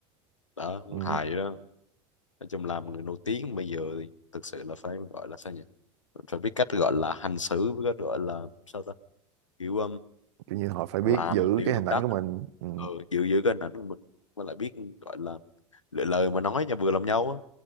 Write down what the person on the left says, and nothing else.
đó
hài vậy đó nói chung làm người nổi tiếng bây giờ thì thực sự là phải gọi là sao nhỉ phải biết cách gọi là hành xử với cách gọi là sao ta kiểu um,
làm
điều
đúng
đắn
ừ, giữ giữ cái hình ảnh của mình mà lại biết gọi là lựa lời mà nói cho vừa lòng nhau á